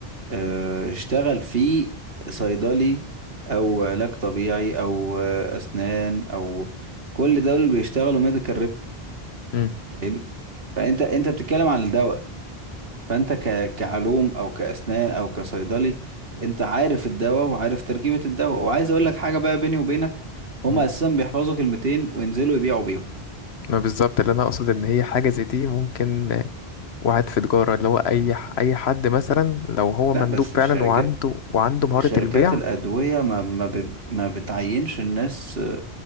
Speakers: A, on the right; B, on the left.
A: أه اشتغل في صيدلي او علاج طبيعي او آه، اسنان او كل دول بيشتغلوا ميديكال ريب
B: مم.
A: فاهمني فانت انت بتتكلم عن الدواء فانت ك كعلوم او كاسنان او كصيدلي انت عارف الدواء وعارف تركيبة الدواء وعايز اقول لك حاجة بقى بيني وبينك هما
B: مم.
A: اساسا بيحفظوا كلمتين وينزلوا يبيعوا بيهم
B: ما بالظبط اللي أنا أقصد إن هي حاجة زي دي ممكن واحد في تجارة اللي هو أي ح- أي حد مثلا لو هو
A: لا
B: مندوب
A: بس
B: فعلا
A: الشركات
B: وعنده وعنده مهارة
A: شركات
B: البيع
A: الأدوية ما ما بت- ما بتعينش الناس